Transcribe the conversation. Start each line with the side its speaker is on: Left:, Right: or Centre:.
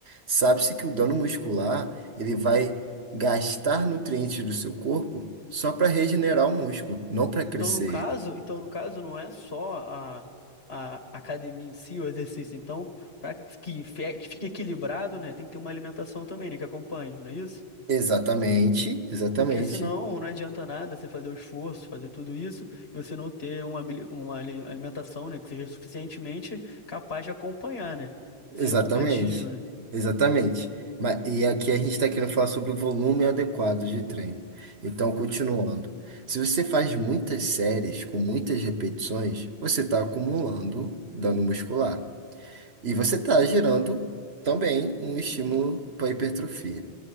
Right: Sabe-se que o dano muscular, ele vai gastar nutrientes do seu corpo só para regenerar o músculo, não para crescer
Left: Então, no caso,
Right: ele.
Left: então, no caso, não é só a, a academia em si, o exercício. Então, para que fe- que fique equilibrado, né, tem que ter uma alimentação também, né, que acompanhe, não é isso?
Right: Exatamente, exatamente.
Left: Porque senão não adianta nada você fazer o esforço, fazer tudo isso, e você não ter uma, habili- uma ali- alimentação, né, que seja suficientemente capaz de acompanhar, né? que
Right: Exatamente,
Left: Seja compatível, né?
Right: exatamente. Mas, e aqui a gente está querendo falar sobre o volume adequado de treino. Então, continuando. Se você faz muitas séries com muitas repetições, você está acumulando dano muscular. E você está gerando também um estímulo para hipertrofia.